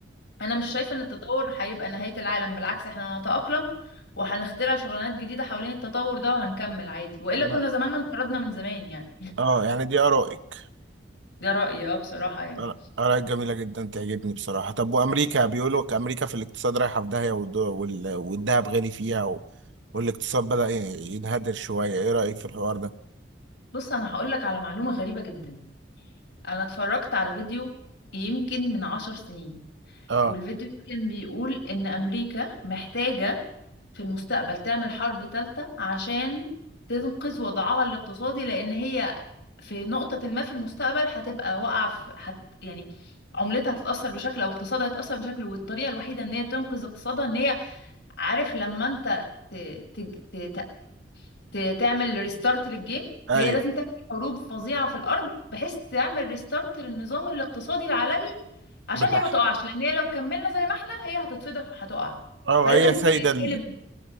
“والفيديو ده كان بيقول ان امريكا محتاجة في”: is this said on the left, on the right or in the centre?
Left